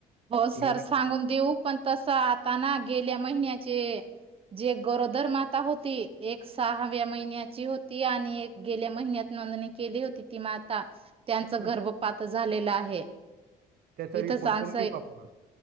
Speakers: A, on the right (about 35°); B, on the right (about 65°).
A: हो सर
B: हे वि
A: सांगून देऊ पण तस आता ना गेल्या महिन्याचे जे गरोदर माता होती एक सहाव्या महिन्याची होती आणि एक गेल्या महिन्यात नोंदणी केली होती ती माता त्यांच
B: हं,
A: गर्भपात झालेलं आहे
B: त्याचा
A: इथंच
B: रिपोर्ट
A: आन्सय
B: पण देेऊ आपण